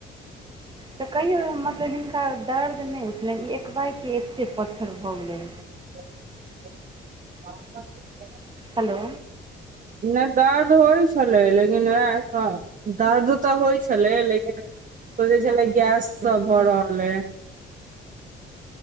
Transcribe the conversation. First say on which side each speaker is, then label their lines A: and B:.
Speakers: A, on the right (about 25°); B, on the right (about 40°).
A: तऽ कहियो मतलब हिनका दर्द नहि उठलनि ई एकबाइके एतेक पत्थर भऽ गेले।
B: <unintelligible>
A: हेलो
B: नै दर्द होइ छलै लेकिन वएह दर्द। तऽ होइ छले लेकिन सोचे छले गैस सँ भऽ रहलय